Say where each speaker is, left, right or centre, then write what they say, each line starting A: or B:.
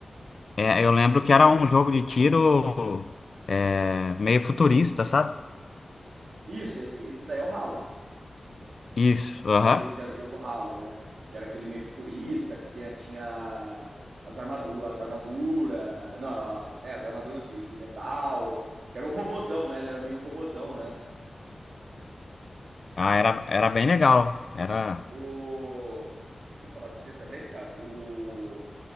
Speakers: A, on the left; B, on the right.
A: é, eu lembro que era um jogo de tiro é, meio futurista, sabe?
B: Isso, esse, esse daí é o Halo.
A: Isso, aham.
B: Isso, que era o jogo Halo, né? Que era aquele meio futurista, que tinha, tinha as armaduras, as armaduras, não, é, as armaduras de, de metal, que era um robozão, né? Ele era meio um robozão, né?
A: Ah, era, era bem legal. Era
B: O, que, que eu ia falar pra você também, cara? O,